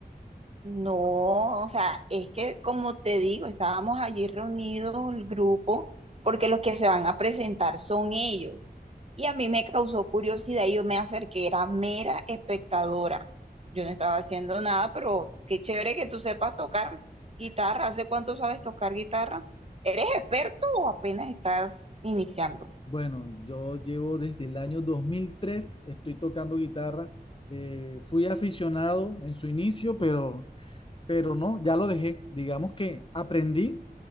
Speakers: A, on the right (about 40°); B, on the left (about 30°).
A: No, o sea, es que como te digo, estábamos allí reunidos el grupo porque los que se van a presentar son ellos. Y a mí me causó curiosidad y yo me acerqué, era mera espectadora. Yo no estaba haciendo nada, pero qué chévere que tú sepas tocar guitarra. ¿Hace cuánto sabes tocar guitarra? ¿Eres experto o apenas estás iniciando?
B: Bueno, yo llevo desde el año 2003. estoy tocando guitarra. Eh, fui aficionado en su inicio, pero, pero no, ya lo dejé. Digamos que aprendí,